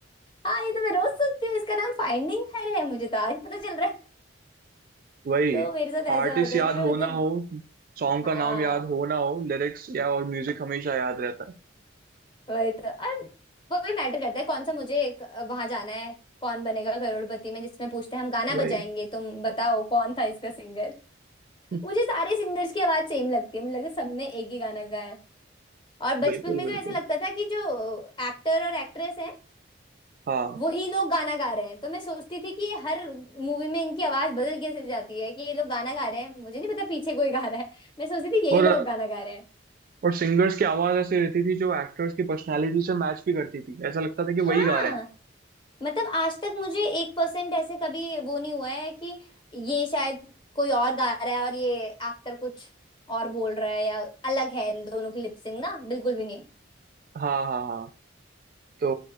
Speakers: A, on the left (about 25°); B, on the right (about 45°).
A: हाँ ये तो मैं रोज सुनती हूँ इसका नाम फाइंडिंग हर है मुझे तो आज पता चल रहा है
B: वही
A: तो मेरे साथ
B: आर्टिस्ट
A: ऐसा होता है
B: याद
A: कि मैं
B: हो
A: मतलब
B: ना हो सॉन्ग
A: हाँ
B: का नाम याद हो ना हो लिरिक्स या और म्यूजिक हमेशा याद रहता है
A: वही तो और वो भी मैटर करता है कौन सा मुझे एक, वहां जाना है कौन बनेगा करोड़पति में जिसमें पूछते हैं हम गाना
B: वही
A: बजाएंगे तुम बताओ कौन था इसका सिंगर
B: <laughs>
A: मुझे सारे सिंगर्स की आवाज सेम लगती है मुझे लगा सबने एक ही गाना गाया और बचपन
B: बिल्कुल
A: में
B: बिल्कुल
A: तो ऐसे लगता था कि जो एक्टर और एक्ट्रेस हैं
B: हाँ
A: वही लोग गाना गा रहे हैं तो मैं सोचती थी कि ये हर मूवी में इनकी आवाज बदल कैसे जाती है कि ये लोग गाना गा रहे हैं मुझे नहीं पता पीछे कोई गा रहा है मैं सोचती थी यही
B: और
A: लोग गाना गा रहे हैं
B: और सिंगर्स की आवाज ऐसी रहती थी जो एक्टर्स की पर्सनालिटी से मैच भी करती थी ऐसा लगता था कि
A: हाँ
B: वही गा रहे हैं
A: मतलब आज तक मुझे एक परसेंट ऐसे कभी वो नहीं हुआ है कि ये शायद कोई और गा रहा है और ये एक्टर कुछ और बोल रहा है या अलग है इन दोनों की लिपसिंग ना बिल्कुल भी नहीं
B: हाँ हाँ हाँ तो